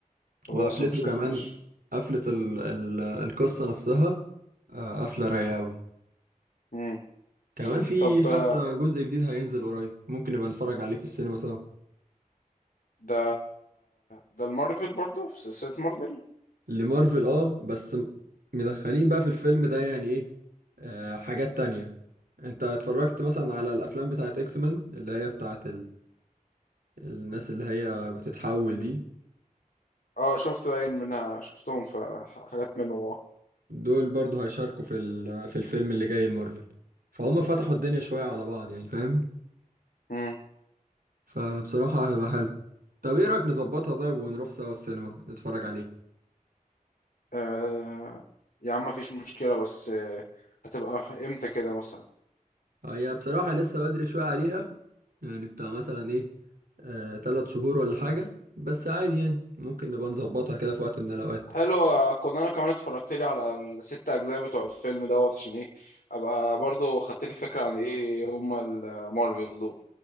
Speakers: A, on the left; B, on the right.
A: خلاص
B: وقفلته
A: هنشوف
B: كمان
A: ماشي
B: قفله ال... ال... القصه نفسها آه، قفله رايقه قوي
A: امم
B: كمان في
A: طب آه،
B: حتى جزء جديد هينزل قريب ممكن نبقى نتفرج عليه في السينما سوا
A: ده ده المارفل برضو في سلسله مارفل
B: لمارفل اه بس م- مدخلين بقى في الفيلم ده يعني ايه آه، حاجات تانية انت اتفرجت مثلا على الافلام بتاعت اكس مان اللي هي بتاعت الناس اللي هي بتتحول دي
A: اه شفت باين منها شفتهم في ح- حاجات منهم اه
B: دول برضو هيشاركوا في ال- في الفيلم اللي جاي المارفل فهم فتحوا الدنيا شوية على بعض يعني فاهم
A: امم
B: فبصراحة هيبقى حلو طب ايه رأيك نظبطها طيب ونروح سوا السينما نتفرج عليه
A: آه، يا عم مفيش مشكله بس آه، هتبقى امتى كده مثلا
B: هي بصراحة لسه بدري شوية عليها يعني بتاع مثلا ايه آه، تلات شهور ولا حاجة بس عادي يعني ممكن نبقى نظبطها كده في وقت من الأوقات
A: حلو كنا انا كمان اتفرجت لي على الست اجزاء بتوع الفيلم دوت عشان ايه ابقى برضو خدت لي فكره عن ايه هما المارفل دول